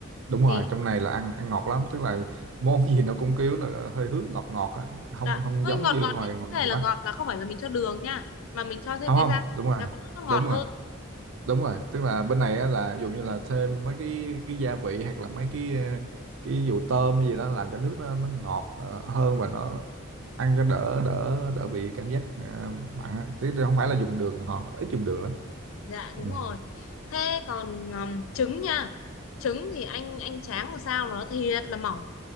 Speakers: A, on the right (about 70°); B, on the left (about 75°).
A: đúng rồi
B: thì
A: trong này là ăn ăn ngọt lắm tức là món gì nó cũng kiểu là hơi hướng ngọt ngọt á. không
B: đã
A: không
B: hơi
A: giống
B: ngọt
A: như
B: ngọt
A: ngoài
B: nhưng mà
A: ngoài,
B: vấn đề
A: ngoài
B: là
A: Bắc
B: ngọt là không phải là mình cho đường nha mà mình cho thêm
A: không
B: cái
A: không
B: gia vị
A: đúng rồi
B: để cho cái nước nó ngọt
A: đúng rồi
B: hơn
A: đúng rồi
B: dạ
A: tức là bên này á là ví dụ như là thêm mấy cái cái gia vị hoặc là mấy cái ờ, cái vụ tôm hay gì đó làm cho nước nó nó ngọt ờ, hơn và nó ăn cho đỡ đỡ đỡ bị cảm giác ờ, mặn á. chứ không phải là dùng đường họ ít dùng đường lắm
B: dạ, đúng
A: ừ
B: rồi thế còn um, trứng nha trứng thì anh anh tráng làm sao nó thiệt là mỏng